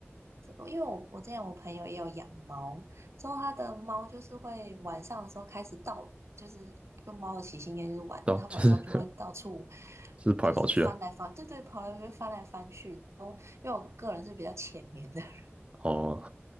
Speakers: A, on the right (about 75°); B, on the right (about 25°).
A: 这因为我我之前我朋友也有养猫，之后他的猫就是会晚上的时候开始到，就是就猫的习性应该就是晚，
B: 对啊，
A: 它晚上就会到处
B: 就是 <laughs> 就是跑来跑去啊，
A: 就是翻来翻，对对，跑来跑去翻来翻去。然后因为我个人是比较浅眠的人，
B: 哦，